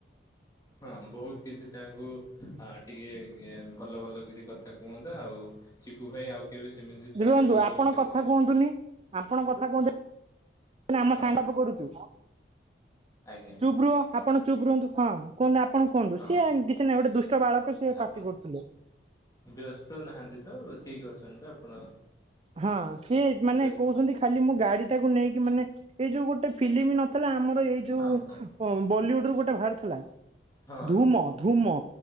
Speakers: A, on the left; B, on the right.
A: ହଁ ବହୁତ କିଛି ତାଙ୍କୁ ଟିକେ ଟିକେ ଭଲ ଭଲ କରି କଥା କୁହନ୍ତି। ଆଉ ଚିକୁ ଭାଇ ଆଉ କେବେ ସେମିତି ଚଲେଇବାକୁ
B: ରୁହନ୍ତୁ ଆପଣ
A: ଚେଷ୍ଟା
B: କଥା
A: କରିବ।
B: କୁହନ୍ତୁନି ଆପଣ କଥା କହୁଛନ୍ତି ଆମ
A: ହଁ
B: ସାଙ୍ଗପ କରୁଛୁ।
A: ଆଜ୍ଞା
B: ଚୁପ୍ ରୁହ ଆପଣ ଚୁପ୍ ରୁହନ୍ତୁ ହଁ କୁହନ୍ତୁ। କଣ କୁହନ୍ତୁ
A: ହଁ
B: ସିଏ କିଛି ନାହିଁ ଗୋଟେ ଦୁଷ୍ଟ ବାଳକ ସିଏ
A: ଆପଣ
B: ପାାର୍ଟି କରୁଥିଲେ।
A: ବ୍ୟସ୍ତ ନାହାନ୍ତି ତ ଠିକ ଅଛନ୍ତି। ଆପଣ
B: ହଁ ସିଏ ମାନେ
A: ବ୍ୟସ୍ତ
B: କହୁଛନ୍ତି ଖାଲି ମୁଁ ଗାଡି ଟାକୁ ନେଇକି ମାନେ ଏଇ ଯୋଉ ଗୋଟେ ଫିଲ୍ମ ନଥିଲା। ଆମର ଏଇ ଯୋଉ
A: ହଁ ହଁ
B: ବଲିଉଡ ର ଗୋଟେ ଭାର ଥିଲା।
A: ହଁ
B: ଧୂମ ଧୂମ